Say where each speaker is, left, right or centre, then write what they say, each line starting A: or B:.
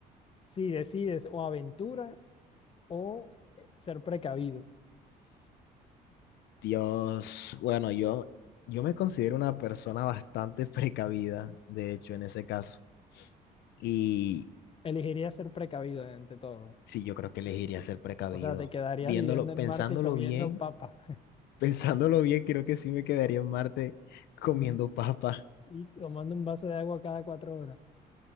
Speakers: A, on the left; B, on the left.
A: si decides o aventura o eh, ser precavido.
B: Dios, bueno, yo, yo me considero una persona bastante <laughs> precavida, de hecho, en ese caso. Y
A: Elegiría ser precavido ante todo.
B: sí, yo creo que elegiría ser precavido.
A: O sea, te quedarías
B: Viéndolo,
A: viviendo
B: pensándolo
A: en Marte y comiendo
B: bien,
A: papa,
B: <laughs> pensándolo bien, creo que sí me quedaría en Marte
A: <laughs>
B: comiendo
A: comiendo
B: papa.
A: y tomando un vaso de agua cada cuatro horas.